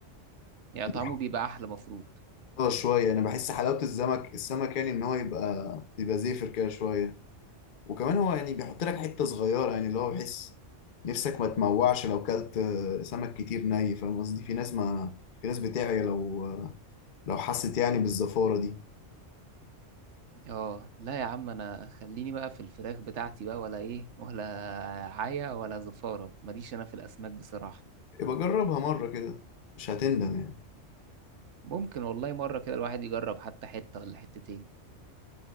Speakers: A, on the right; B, on the left.
A: يعني
B: يعني
A: طعمه بيبقى احلى مفروض
B: حلاوة شويه انا بحس حلاوه السمك السمك يعني ان هو يبقى يبقى زيفر كده شويه وكمان هو يعني بيحط لك حته صغيره يعني اللي هو بحس نفسك ما تموعش لو كلت سمك كتير ني فاهم قصدي في ناس ما في ناس بتعيا لو لو حست يعني بالزفاره دي
A: اه لا يا عم انا خليني بقى في الفراخ بتاعتي بقى ولا ايه ولا عيا ولا زفارة ماليش انا في الاسماك بصراحة
B: يبقى جربها مره كده مش هتندم يعني
A: ممكن والله مرة كده الواحد يجرب حتى حتة ولا حتتين